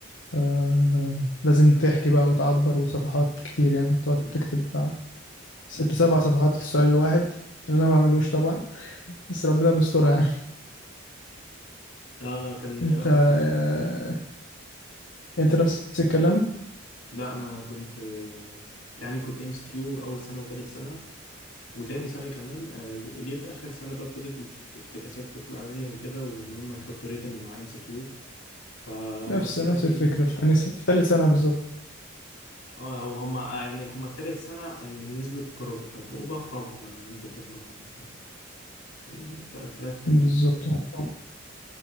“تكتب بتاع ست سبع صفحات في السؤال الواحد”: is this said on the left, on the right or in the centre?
Left